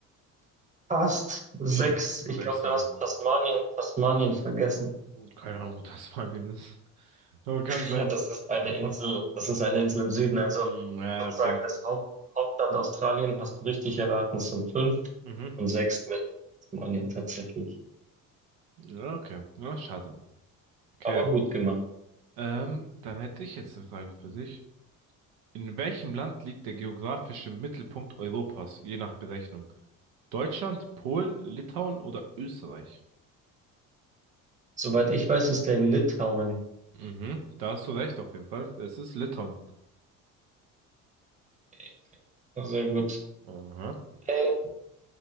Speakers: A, on the right (about 20°); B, on the right (about 75°).
A: Fast sechs.
B: Vier,
A: Ich
B: sechs,
A: glaube, du
B: ja.
A: hast Tasmanien, Tasmanien vergessen.
B: Keine Ahnung, wo das Spanien ist. Aber kann
A: <laughs>
B: sein.
A: Das ist eine Insel, das ist eine Insel im Süden, also
B: Mm, Ja,
A: sozusagen
B: okay.
A: das Haupt, Hauptland Australien, hast du richtig erraten, es sind fünf
B: Mhm.
A: und sechs mit Tasmanien tatsächlich.
B: Ja, okay. Ja, schade. Okay.
A: Aber gut gemacht.
B: Ähm, dann hätte ich jetzt eine Frage für dich. In welchem Land liegt der geografische Mittelpunkt Europas, je nach Berechnung? Deutschland, Polen, Litauen oder Österreich?
A: Soweit ich weiß, ist der in Litauen.
B: Mhm. Da hast du recht, auf jeden Fall. Es ist Litauen.
A: Okay, Sehr gut.
B: Aha.
A: Äh,